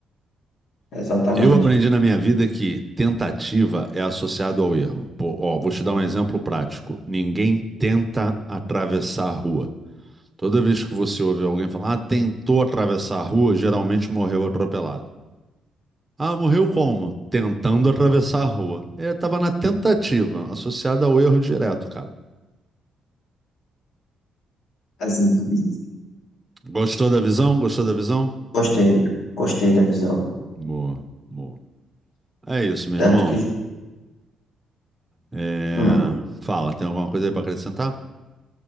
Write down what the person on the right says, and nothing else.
Eu aprendi na minha vida que tentativa é associado ao erro. Pô, ó, vou te dar um exemplo prático. Ninguém tenta atravessar a rua. Toda vez que você ouve alguém falar, ah, tentou atravessar a rua, geralmente morreu atropelado. Ah, morreu como? Tentando atravessar a rua. É, tava na tentativa, associada ao erro direto, cara.
Gostou da visão? Gostou da visão?
Boa, boa. É isso, meu
irmão.
É,
Fala, tem alguma coisa aí para acrescentar?